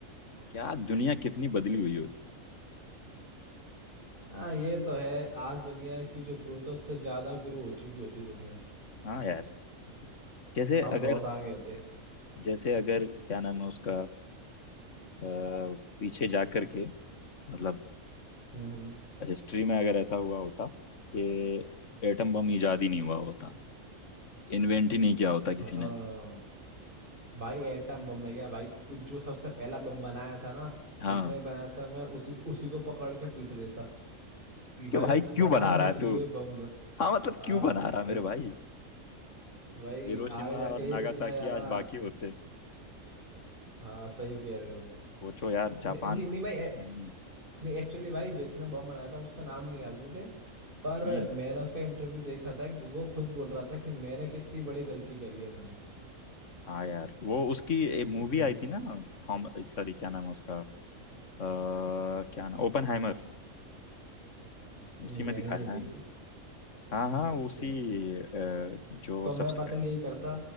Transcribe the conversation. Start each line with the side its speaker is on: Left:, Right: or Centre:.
Left: क्या दुनिया कितनी बदली हुई
Right: हाँ ये तो है आज दुनिया की जो ग्रोथ है उससे ज्यादा ग्रो हो चुकी होती दुनिया
Left: हाँ यार जैसे
Right: हम
Left: अगर
Right: बहुत आगे होते
Left: जैसे अगर क्या नाम है उसका अ, पीछे जाकर के मतलब
Right: हम्म हम्म।
Left: हिस्ट्री में अगर ऐसा हुआ होता कि एटम बम इजाद ही नहीं हुआ होता इन्वेंट ही नहीं किया होता
Right: हाँ
Left: किसी ने
Right: भाई एटम बम में गया भाई कुछ जो सबसे पहला बम बनाया था ना
Left: हाँ
Right: जिसने बनाया था मैं उसी उसी को पकड़ के पीट देता कि भाई
Left: कि भाई क्यों
Right: बना
Left: बना
Right: भी
Left: रहा
Right: मत
Left: है
Right: लियो
Left: तू
Right: ये बम
Left: हाँ मतलब
Right: हाँ
Left: क्यों बना रहा है
Right: भाई
Left: मेरे भाई
Right: भाई
Left: हिरोशिमा
Right: आगे जाके
Left: और
Right: ये
Left: नागासाकी
Right: इतना ज्यादा
Left: आज बाकी होते
Right: हाँ सही कह रहे हो
Left: सोचो यार जापान
Right: नहीं नहीं नहीं भाई ए-
Left: हम्म
Right: नहीं एक्चुअली भाई जिसने बम बनाया था उसका नाम नहीं याद मुझे पर
Left: हम्म,
Right: मैंने उसका इंटरव्यू देखा था वो खुद बोल रहा था कि मैंने कितनी बड़ी गलती करी है मैंने
Left: हाँ यार वो उसकी एक मूवी
Right: हम्म
Left: आई थी ना थॉम सॉरी क्या नाम है उसका अ, क्या नाम ओपनहाइमर उसी
Right: नहीं मैंने
Left: में दिखाया
Right: नहीं देखी
Left: है हाँ हाँ
Right: अच्छा
Left: उसी अ, जो
Right: तो
Left: सबसे
Right: मैं पता
Left: पहले
Right: यही करता